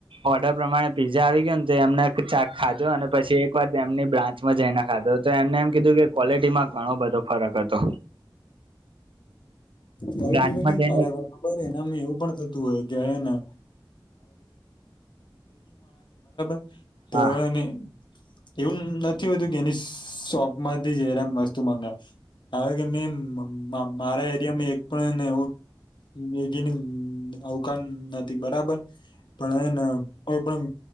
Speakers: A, on the right; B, on the left.
A: ઓર્ડર પ્રમાણે પીઝા આવી ગયો ને તો એમને ચાક ખાધો અને પછી એક વાર એમની બ્રા ચમા જઈને ખાધો તો એમને એમ કીધું કે ક્વોલિટીમાં ઘણો બધો ફરક હતો
B: કોલ
A: બ્રાન્ચમાં
B: ટીમાં કેમ
A: જઈને
B: ફરક હોય ખબર એને એવું પણ તુ હોય કે હેને <unintelligible> તો
A: હા
B: એને એવું નથી હોતું કે એની શોપ માંથી જયરામ વસ્તુ માગા આવે કે મે મારા એરિયા એક પણ હેને વેગીની અવકાન નથી બરાબર પણ એને કોઈ પણ